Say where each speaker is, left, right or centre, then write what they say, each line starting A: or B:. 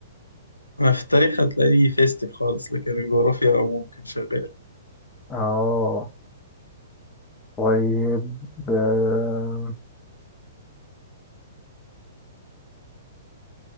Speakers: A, on the left; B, on the left.
A: انا في التاريخ هتلاقيني فيستك خالص لكن الجغرافيا ممكن شغال
B: اه طيب آه،